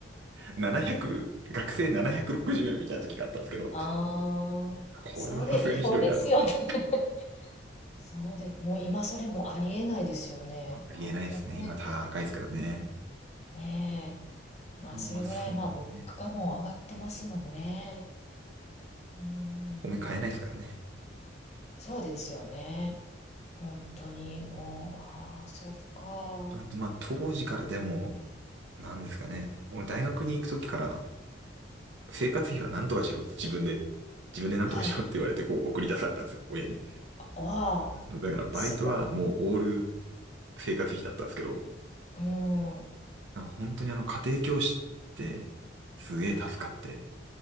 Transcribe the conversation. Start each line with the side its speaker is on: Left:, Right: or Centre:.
Right: 700 <laughs>、学生760円みたいな時があったんですけど、
Left: ああ、
Right: これはさすがにひどいなと思って。
Left: それ違法ですよね。<laughs> そうで、もう今それもありえないですよね。
Right: ありえないですね。
Left: 8 0円。
Right: 今高いですからね。
Left: ねまあ、
Right: うんまあ、
Left: それぐらい、
Right: そうね。
Left: まあ、物価も上がってますもんね。うーん、
Right: 米買えないですからね。
Left: そうですよね。本当に、もう、ああ、そっか。
Right: なんでまあ、当時からでも、なんですかね。俺大学に行く時から、生活費は何とかしろって自分で、自分で何とかしろって言われて、
Left: はい。
Right: こう送り出されたんですよ、親に。
Left: わあ、
Right: だからバイトはもうオール
Left: すご
Right: 生活費だったんですけど、
Left: い。うん。
Right: なんか本当にあの家庭教師ってすげえ助かって。